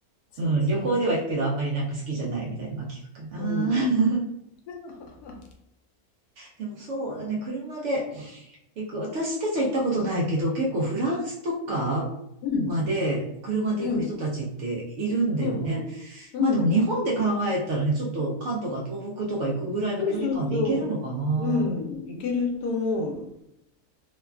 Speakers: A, on the left (about 90°); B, on the right (about 65°).
A: そうね。
B: うん、旅行では行くけど、あんまりなんか好きじゃないみたいなのは聞くかな。
A: うん。
B: <laughs>
A: <laughs>
B: でもそうだね、車で、行く。私たちは行ったことないけど、結構フランスとか
A: うん。
B: まで車で行く人たちっているんだよね。
A: うん。うんうん。うん。
B: まあでも日本で考えたらね、ちょっと関東か東北とか行くぐらいの距離感で行けるのかな。
A: そうそうそう。うん。いけると思う。